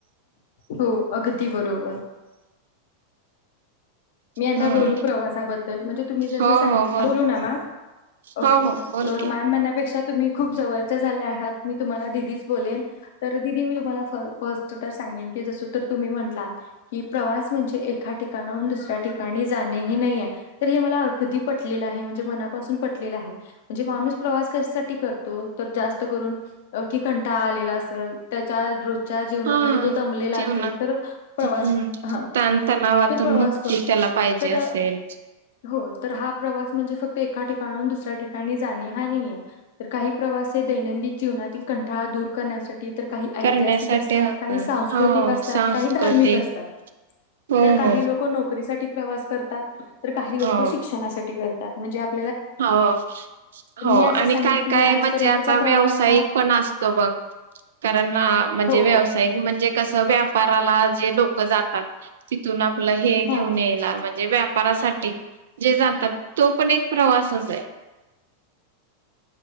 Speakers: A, on the left; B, on the right.
A: हो अगदी बरोबर. मी आता
B: हम्म
A: बोलू प्रवासाबद्दल म्हणजे तुम्ही जसं
B: हो
A: सांगितलं,
B: हो बोल
A: बोलू ना मॅम? ओके
B: हो हो बोल
A: तर
B: की
A: मॅम म्हण्यापेक्षा तुम्ही खूप जवळच्या झाल्या आहात मी तुम्हाला दीदीच बोलेन तर दिदी मी तुम्हाला फर्स्ट फर्स्टच सांग मेन की जसं तर तुम्ही म्हटलात की प्रवास म्हणजे एका ठिकाणाहून दुसऱ्या ठिकाणी जाणे हे नाहीये, तर हे मला कधी पटलेलं आहे म्हणजे मनापासून पटलेलं आहे म्हणजे माणू णूस प्रवास कशासाठी करतो, तर जास्त करून की कंटाळा आलेला असल त्याच्या रोज च्या जीवनामध्ये
B: हा
A: तो दमलेला
B: जेवणाच
A: असेल तर प्रवास
B: हम्म
A: ह
B: ताणतणावातून
A: तर प्रवास
B: मुक्ती
A: करतो.
B: त्याला पाहिजे
A: तर
B: असेल.
A: हो तर हा प्रवास म्हणजे फक्त एका ठिकाणाहून दुसऱ्या ठिकाणी जाणे हा नाहीये तर काही प्रवास हे दैनंदित जीवनातील कंठाळा दूर करण्यासा ठी तर काही ऐतिहासिक
B: करण्यासाठी
A: असतात,
B: होता
A: काही सांस्कृतिक
B: हो
A: असतात,
B: सांस्कृतिक
A: काही धार्मिक असतात.
B: हो
A: तर काही
B: हो
A: लोकं नोकरीसाठी प्रवास करतात तर काही लोकं
B: हो
A: शिक्षणासाठी करतात म्हणजे आप
B: हो हो
A: असं
B: आणि
A: सांगेन
B: काय
A: की
B: काय
A: मी आजपर्यंतचा
B: म्हणजे आता
A: प्रवास
B: व्यावसायिक
A: हा
B: पण असतो बघ. कारण अ म्हणजे
A: हो
B: व्यावसायिक
A: हो
B: म्हणजे कसं व्यापाराला जे लोक जातात तिथून आपलं हे घेऊन
A: हा
B: यायला म्हणजे व्यापारासाठी जे जातात तो पण एक प्रवासच आहे.